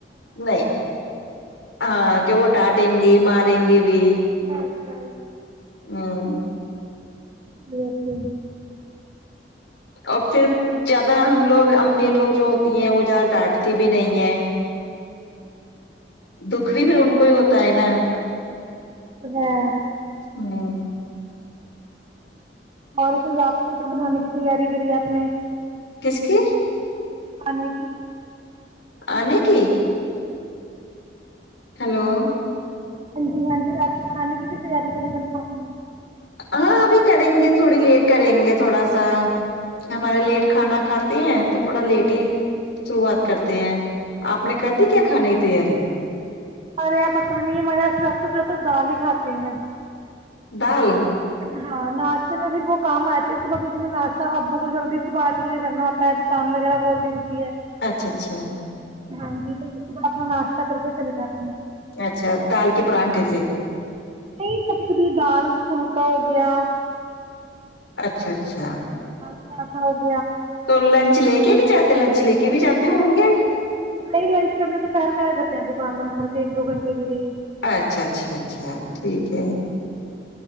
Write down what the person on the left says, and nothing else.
نہیں ہاں کہ وہ ڈانٹیں گی ماریں گے بھی
ہوں
اور پھر زیادہ ہم لوگ امی لوگ جو ہوتی ہیں وہ زیادہ ڈانٹتی بھی نہیں ہے دکھ کچ بھی پھر ان کو ہی ہوتا ہے نا <unintelligible>
<inaudible> ہ
کس کی <unintelligible>
آنےیک ہلو
ہاں ابھی کریں گے تھوڑی لیٹ کریں گے تھوڑا سا ہمارے لیٹ کھانا کھاتے ہیں تو تھوڑا لیٹ ہی شروعات کرتے ہیں آپ نے کر دی کیا کھانے کی تیاری
دال
اچھا اچھا
اچھا دال کے پرانٹھے سے
اچھا اچھا اچھا <unintelligible>
تو لنچ لے کے نہیں جاتتے لنچ لے کے بھی جاتے ہوں
گے
اچھا اچھا اچھا ٹھیک ہے